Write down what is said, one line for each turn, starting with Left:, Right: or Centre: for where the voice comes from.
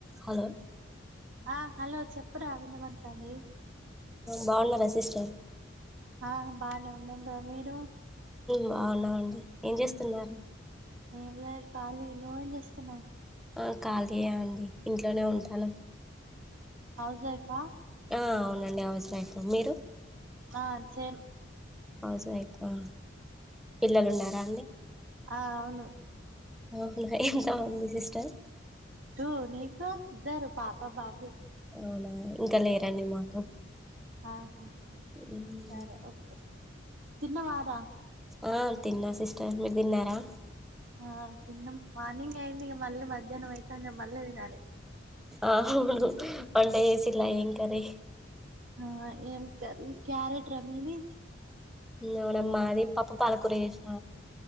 Centre: Hello
Right: ఆ hello చెప్పురా వినబడ్తాంది.
Centre: బాగున్నారా సిస్టర్
Right: ఆ బానే ఉన్నాం రా మీరూ
Centre: బాగున్నాం అండి ఏం చేస్తున్నార్
Right: ఏం లేద్ కాలి నువ్వేం చేస్తున్నావ్
Centre: ఆ ఖాళీయే అండి ఇంట్లోనే ఉంటాను
Right: హౌస్ వైఫా
Centre: ఆ అవునండి హౌస్ వైఫ్ మీరు
Right: ఆ సేమ్
Centre: హౌస్ వైఫ్ ఆ, పిల్లలు ఉన్నారా
Right: ఆ అవును.
Centre: <inaudible> ఎంత మంది సిస్టర్
Right: టూ నీకు ఇద్దరు పాప, బాబు.
Centre: అవునా ఇంక లేరండి మాకు
Right: ఆ హ
Centre: మ్మ్.
Right: సరే ఓకే. తిన్నవారా.
Centre: ఆ తిన్నా సిస్టర్ మీరు తిన్నారా
Right: ఆ తిన్నం మార్నింగ్ అయింది ఇగ మళ్ళీ మధ్యాహ్నం అయితంది ఇగ మళ్ళ తినాలె
Centre: ఆ అవును వంట చేసిన్ల ఏం కర్రీ
Right: ఆ ఏం కర్రీ క్యారెట్రా మీది
Centre: అవునమ్ మాది పప్పు పాలకూర చేసిన